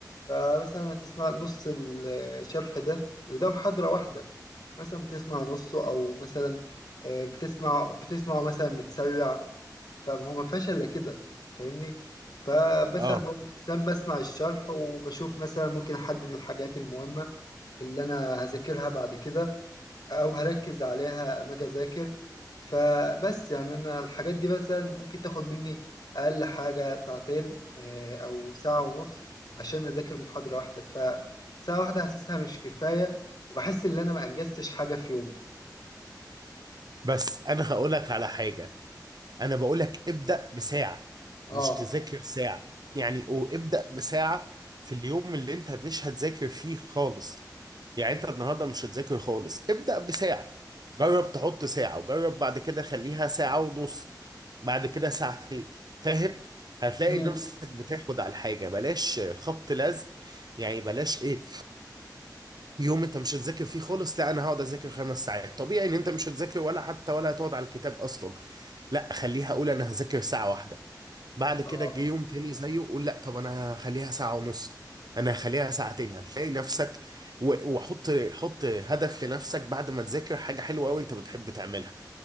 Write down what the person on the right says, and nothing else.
اه
بس انا هقولك على حاجة انا بقول لك ابدأ بساعة
مش تذاكر ساعة يعني او ابدأ بساعة في اليوم اللي انت مش هتذاكر فيه خالص يعني انت النهارده مش هتذاكر خالص ابدأ بساعة جرب تحط ساعة وجرب بعد كده خليها ساعة ونص بعد كده ساعتين فاهم هتلاقي
نفسك بتاخد على الحاجة بلاش خبط لزق يعني بلاش ايه يوم انت مش هتذاكر فيه خالص لا انا هقعد اذاكر خمس ساعات طبيعي ان انت مش هتذاكر ولا حتى ولا هتقعد على الكتاب اصلا لا خليها اقول انا هذاكر ساعة واحدة بعد كده
جه يوم تاني زيه قول لا طب انا هخليها ساعة ونص انا هخليها ساعتين هتلاقي نفسك و- وحط حط هدف لنفسك بعد ما تذاكر حاجة حلوة قوي انت بتحب تعملها